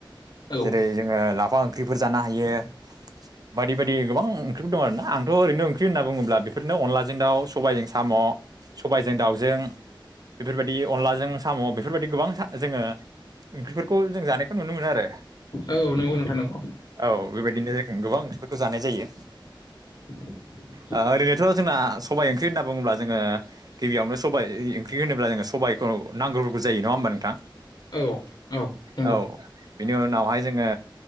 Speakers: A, on the left (about 55°); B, on the right (about 45°).
A: औ
B: जेरै जोङो लाफा ओंख्रिफोर जानो हायो। बायदि बायदि गोबां ओंख्रिफोर दं आरो ना आंथ' ओरैनो ओंख्रि होनना बुङोब्ला बेफोरनो अनलाजों दाउ सबायजों साम' सबायजों दाउजों बेफोरबायदि अनलाजों साम' बे बेफोरबायदि गोबांथा जोङो ओंख्रिफोरखौ जों जानायखौ नुनो मोनो आरो
A: औ नंगौ नोंथां नंगौ
B: औ बेबाय <unintelligible> गोबां ओंख्रिफोरखौ जानाय जायो
A: <unintelligible>
B: आ ओरैनोथ' जोंना सबाय ओंख्रि होनना बुङोब्ला जोङो गिबियावनो सबाय इ ओंख्रि होनोब्ला जोङो सबाय औ नांग्रोगौ जायो नङा होनबा नोंथां
A: औ नंगौ
B: औ बिनि उनावहाय जोङो